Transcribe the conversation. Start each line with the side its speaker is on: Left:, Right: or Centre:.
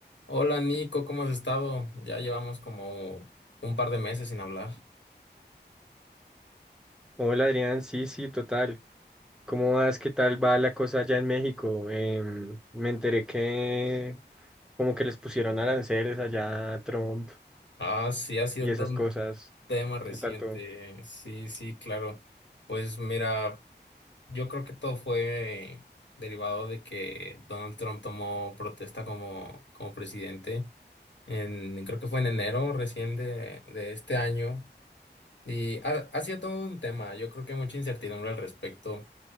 Left: Hola Nico, ¿cómo has estado? Ya llevamos como un par de meses sin hablar.
Centre: Hola Adrián, sí, sí, total. ¿Cómo vas? ¿Qué tal va la cosa allá en México? Em, me enteré que como que les pusieron aranceles allá a Trump
Left: Ah, sí, ha sido
Centre: y esas
Left: todo un
Centre: cosas.
Left: tema reciente.
Centre: ¿Qué tal todo?
Left: Sí, sí, claro. Pues mira, yo creo que todo fue derivado de que Donald Trump tomó protesta como, como presidente. En, creo que fue en enero recién de, de este año. Y ha, ha sido todo un tema. Yo creo que mucha incertidumbre al respecto.